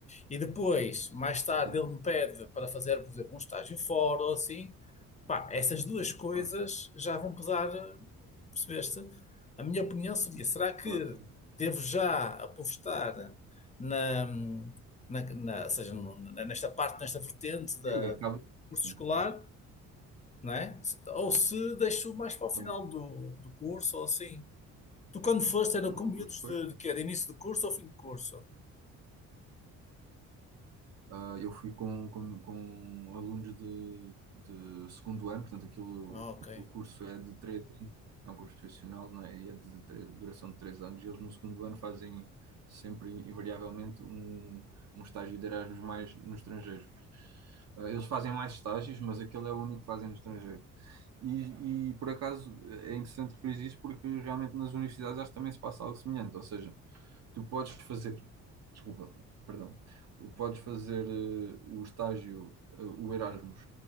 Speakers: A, on the left (about 20°); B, on the right (about 55°).
A: E depois, mais tarde,
B: sim,
A: ele me pede para fazer, por exemplo, um estágio fora ou assim. Pá, essas duas coisas
B: claro,
A: já vão pesar, percebeste? A minha opinião seria: será que
B: claro que sim.
A: devo já apostar na, na, na- ou seja, no- na- nesta parte, nesta vertente da,
B: E aí, acaba,
A: do curso
B: sim,
A: escolar,
B: mas,
A: não é? Se- Ou se deixo mais para o final
B: claro,
A: do, do curso ou assim? Tu, quando foste, era
B: lá
A: com
B: no
A: miúdos
B: curso depois.
A: de, de quê? De início de curso ou fim de curso?
B: Ah, eu fui com, com, com alunos de, de segundo ano, portanto, aquilo,
A: Ah, ok.
B: o curso é de três anos, é um curso profissional, não é? E é de tre- duração de três anos, e eles no segundo ano fazem sempre, invariavelmente, um, um estágio de Erasmus mais no estrangeiro. Ah, eles fazem mais estágios, mas aquele é o único que fazem no estrangeiro. E, e por acaso é interessante referir isso porque realmente nas universidades acho que também se passa algo semelhante, ou seja, Tu podes fazer, desculpa, perdão, o- podes fazer eh, o estágio, eh, o Erasmus,